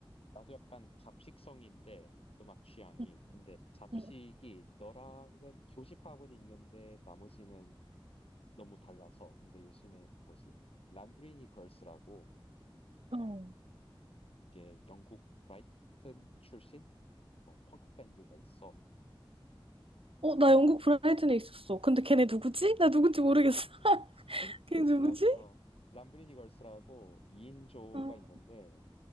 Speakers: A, on the left (about 85°); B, on the right (about 75°).
A: 나도 약간 잡식성인데 음악 취향이
B: 응,
A: 근데 잡식이
B: 응,
A: 너랑은 교집합은 있는데 나머지는 너무 달라서 근데 요즘에 그 뭐지? 람브리니 걸스라고
B: 응.
A: 이게 영국 브라이튼 출신 뭐 펑크 밴드가 있어.
B: 어, 나 영국 브라이튼에 있었어. 근데 걔네 누구지?
A: 음,
B: 나 누군지 모르겠어.
A: 음.
B: <laughs>
A: 근데 <laughs>
B: 걔네 누구지?
A: 람, 어, 람브리니 걸스라고 2인조가
B: 어,
A: 있는데